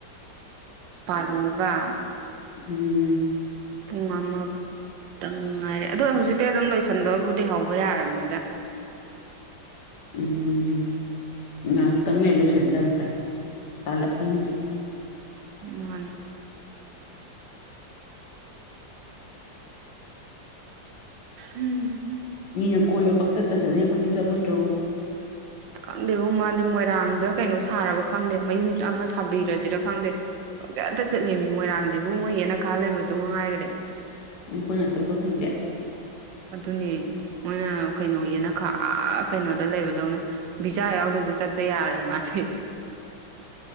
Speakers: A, on the right; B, on the left.
A: ꯔꯣꯒ
B: ꯎꯝꯝ
A: ꯄꯨꯡ ꯑꯃ-ꯇꯪ ꯉꯥꯏꯔꯦ ꯑꯗꯣ ꯍꯧꯖꯤꯛꯇꯩ ꯑꯗꯨꯝ ꯂꯣꯏꯁꯟꯕꯕꯨꯗꯤ ꯍꯧꯕ ꯌꯥꯔꯝꯅꯤꯗꯥ
B: ꯎꯝ ꯉꯥꯏꯍꯥꯛꯇꯪꯅꯦ ꯂꯣꯏꯁꯟꯁꯦ ꯌꯥꯝ ꯁꯥꯏ ꯇꯥꯜꯂꯛꯅꯤ ꯍꯧꯖꯤꯛ
A: ꯃꯥꯅꯦ ꯎꯝ
B: ꯃꯤꯅ ꯀꯣꯏꯕ ꯄꯛꯆꯠꯇ ꯆꯠꯅꯤ ꯑꯩꯈꯣꯏꯗꯤ ꯆꯠꯂꯣꯏꯗ꯭ꯔꯣ
A: ꯈꯪꯗꯦꯕ ꯃꯥꯗꯤ ꯃꯣꯏꯔꯥꯡꯗ ꯀꯩꯅꯣ ꯁꯥꯔꯕ ꯈꯪꯗꯦ ꯃꯌꯨꯝ ꯑꯃ ꯁꯥꯕꯤꯔꯁꯤꯔ ꯈꯪꯗꯦ ꯄꯖꯥꯗ ꯆꯠꯂꯤꯃꯤ ꯃꯣꯏꯔꯥꯡꯁꯤꯕꯨ ꯃꯣꯏ ꯍꯦꯅ ꯈꯥ ꯂꯩꯕꯗꯣ ꯉꯉꯥꯏꯈ꯭ꯔꯦ
B: ꯎꯝ ꯈꯣꯏꯅ ꯆꯠꯄ ꯐꯪꯗꯦ
A: ꯑꯗꯨꯅꯦ ꯃꯣꯏꯅ ꯀꯩꯅꯣꯒꯤꯅ ꯈꯔ ꯀꯩꯅꯣꯗ ꯂꯩꯕꯗꯧꯅ ꯕꯤꯖꯥ ꯌꯥꯎꯗꯖꯨ ꯆꯠꯄ ꯌꯥꯔꯣꯏꯌꯦ ꯃꯥꯗꯤ